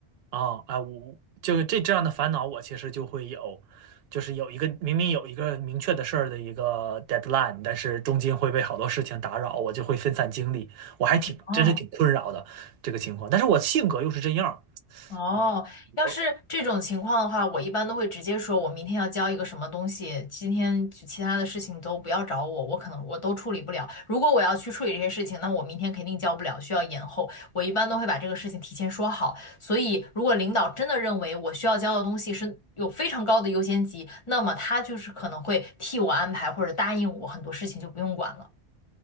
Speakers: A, on the right; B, on the left.
A: 啊啊，我就是这这样的烦恼，我其实就会有，就是有一个明明有一个明确的事儿的一个 deadline，但是中间会被好多事情打扰，我就会分散精力，我还挺真是挺困扰的这个情况。
B: 哦。
A: 但是我性格又是这样儿
B: 哦，
A: 啊，
B: 要是这种情况的话，
A: 我。
B: 我一般都会直接说，我明天要交一个什么东西，今天其其他的事情都不要找我，我可能我都处理不了。如果我要去处理这些事情，那我明天肯定交不了，需要延后。我一般都会把这个事情提前说好。所以，如果领导真的认为我需要交的东西是有非常高的优先级，那么他就是可能会替我安排或者答应我很多事情就不用管了。